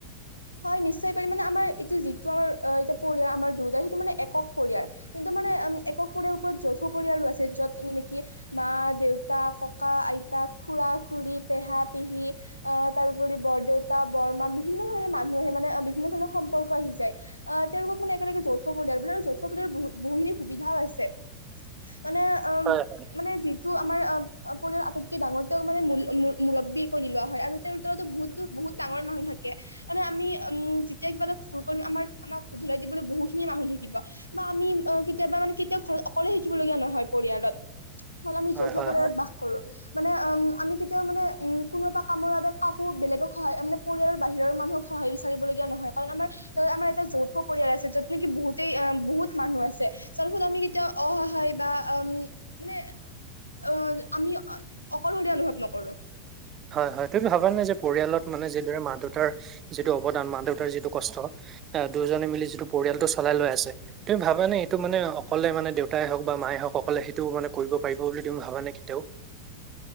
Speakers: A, on the left (about 80°); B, on the right (about 30°).
A: হয় নিশ্চয় পাৰি। মানে আমাৰ এইটো যিটো আমাৰ এয়া পৰিয়াল। আমাৰ দেউতাৰ সেইটো মানে একক পৰিয়াল। কিন্তু মানে একক পৰিয়াল ওপৰত যৌথ পৰিয়ালো আছে। য'ত নেকি মা-দেউতা, ককা-আইতা খুৰা-খুৰী, পেহা-পেহী, অহ তাৰোপৰি বৰ-দেউতা বৰমা বিভিন্ন মানুহে মানে বিভিন্ন ধৰণৰ সম্পৰ্ক আহি যায়। অহ তেওঁলোকক মানে একেলগে যৌথ পৰিয়াল বুলি কয়, যৌথ পৰিয়ালৰ বহু বহুখিনি সুবিধাও আছে। মানে, অ',
B: হয়।
A: মানে যিটো আমাৰ অ পৰিয়ালৰ আটাইতকৈ ডাঙৰ তেওঁক মানে মুৰ মুৰব্বী কৰি লোৱা হয়। আৰু তেওঁৰ তলটো বহুত বহুত ডাঙৰ মানুহ থাকে। মানে, আমি উম যেতিয়া কিবা এটা ভুল কৰিম আমাৰ আমাক শুধৰাই দিবলৈ বহুতখিনি মানুহ থাকিব। বা আমি কেতিয়াবা মানে কেতিয়াও ঘৰত অকলে থাকিবলগীয়া নহয় পৰিয়ালত। <unintelligible> আমি
B: হয়
A: যৌথ
B: হয়
A: পৰিয়ালত
B: হয় হয়
A: বাস কৰো। মানে, উম আমি কেতিয়াও মানে, উম কোনো এটা কামৰ বাবে কাকো বেলেগক সহায়। মানে পৰিয়ালৰ বাহিৰৰ মানুহক সহায় বিচাৰিবলগীয়া নহয়। কাৰণ আমাৰ আমাৰ এটা যৌথ পৰিয়াল আছে। য'ত নেকি বহুতেই, বহুত মানুহ আছে। যাৰ ফলত আমি কেতিয়াও অসহায় বা উম, মানে অহ আমি অকলশৰীয়া অনুভৱ নকৰো।
B: হয় হয়। তুমি ভাবানে? যে পৰিয়ালত মানে যিদৰে মা দেউতাৰ যিটো অৱদান। মা দেউতাৰ যিটো কষ্ট দুজনে মিলি যিটো পৰিয়ালটো চলাই লৈ আছে। তুমি ভাবানে? এইটো মানে অকলে মানে দেউতাই হওঁক বা মায়ে হওঁক। অকলে সেইটো মানে কৰিব পাৰিব বুলি তুমি ভাবানে? কেতিয়াও